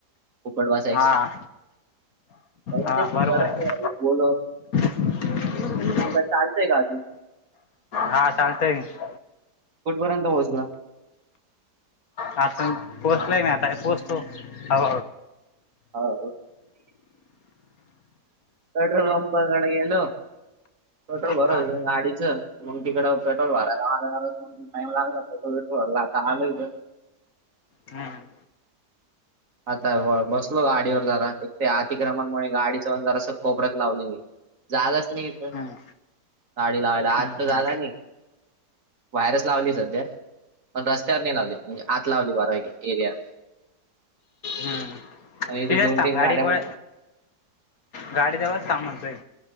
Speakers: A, on the right; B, on the left.
A: खबडवासाय
B: हां
A: पण
B: हां
A: तेार
B: बरोबर आहे
A: ब
B: <unintelligible>
A: तू का चालंय का?
B: हा चालतेय मख.
A: कोठपर्यंत पोहोचला?
B: आज पण पोचला नाही आता पोचतो ह
A: हो पेट्रोल पंपाकडे गेलो पेट्रोल
B: हां
A: भरच गाडीच मग तिकडं पेट्रोल भरायला मालारा टईम लागला पेट्रोल वेट्रोल भरला आलोय.
B: हम्म
A: आता ब बसलो गाडीवर जरा एक ते अतिक्रमणमुळे गाडी चवण जरा अस कोपऱ्यात लावली मी. झालंच नाही तर
B: हं,
A: गडी लावायला
B: हं,
A: आज तर झाला
B: हं,
A: नाही. व्हायरस लावली सध्या पण रस्त्यावर नाही लावली म्हणजे आत लावली बारावाै एरियावर.
B: हम्म
A: आणि
B: तिथेच
A: इथे दोन
B: थांब
A: तीन
B: गाडी
A: गाड्या
B: प
A: पण आहे.
B: गाडी जवच थांब म्हणतय